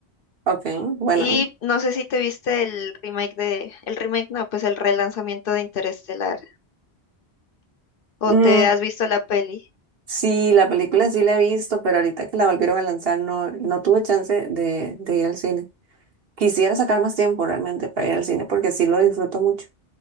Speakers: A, on the right; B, on the left.
A: Ok, bueno.
B: Y no sé si te viste el remake de, el remake no, pues el relanzamiento de Interestelar. ¿O
A: Mm,
B: te has visto la peli?
A: sí, la película sí la he visto, pero ahorita que la volvieron a lanzar no, no tuve chance de, de ir al cine. Quisiera sacar más tiempo realmente para ir al cine porque sí lo disfruto mucho.